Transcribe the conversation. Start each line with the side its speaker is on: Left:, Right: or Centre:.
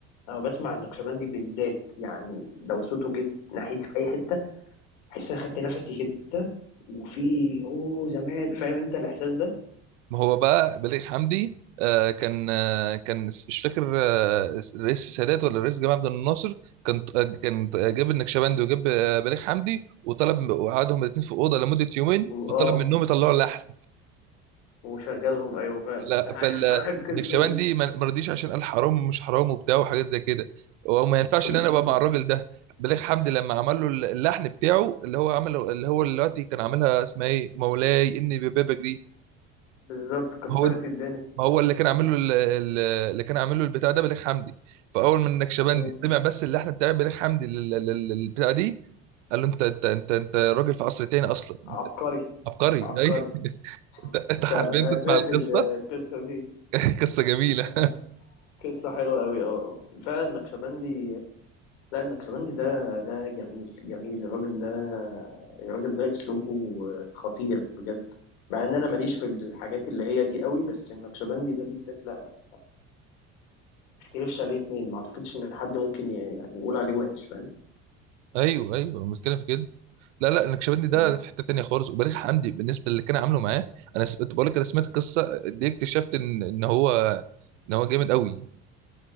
Left: لما بسمع النقشبندي بالذات يعني لو صوته جه ناحيتي في أي حتة احس انا خدت نفسي كده وفي اوه زمان فاهم انت الاحساس ده
Right: ما هو بقى بليغ حمدي آه، كان آه، كان مش فاكر آه، الرئيس السادات ولا الرئيس جمال عبد الناصر كان آه، كان آه، جاب النكشبندي وجاب آه، بليغ حمدي وطلب وقعدهم الاثنين في اوضه لمده يومين وطلب
Left: واه
Right: منهم يطلعوا اللحن
Left: وشغلهم ايوه فعلا
Right: فال-
Left: <laughs> عارف انا القصه
Right: فالنكشبندي
Left: دي
Right: ما ما رضيش عشان قال حرام ومش حرام وبتاع وحاجات زي كده وما ينفعش
Left: <coughs>
Right: ان انا ابقى مع الراجل ده بليغ حمدي لما عمل له اللحن بتاعه اللي هو عمله اللي هو دلوقتي كان عاملها اسمها ايه مولاي اني ببابك دي
Left: بالظبط كسرت
Right: هو
Left: الدنيا
Right: ما هو اللي كان عامل له ال- ال- اللي كان عامل له البتاع ده بليغ حمدي فاول ما النكشبندي
Left: مم.
Right: سمع بس اللحن بتاع بليغ حمدي لل- لل- للبتاع دي قال له انت انت انت انت راجل في عصر تاني اصلا
Left: عبقري
Right: عبقري
Left: عبقري
Right: <laughs> اي
Left: مم.
Right: انت انت حرفيا
Left: فعلا انا
Right: تسمع
Left: سمعت
Right: القصه
Left: القصه دي
Right: <laughs> قصه جميله
Left: أها. قصه حلوه قوي اه فعلا النكشبندي لا النكشبندي ده ده جميل جميل الراجل ده الراجل ده اسلوبه خطير بجد مع ان انا ماليش في الحاجات اللي هي دي قوي بس النكشبندي ده بالذات لا لا ما اختلفش عليه اتنين ما اعتقدش ان حد ممكن ي- يعني يقول عليه وحش فاهم
Right: ايوه ايوه المشكله في كده لا لا النكشبندي ده
Left: مم.
Right: في حته تانيه خالص وبليغ حمدي بالنسبه للي كان عامله معاه انا س... كنت بقول لك انا سمعت القصه دي اكتشفت ان ان هو ان هو جامد قوي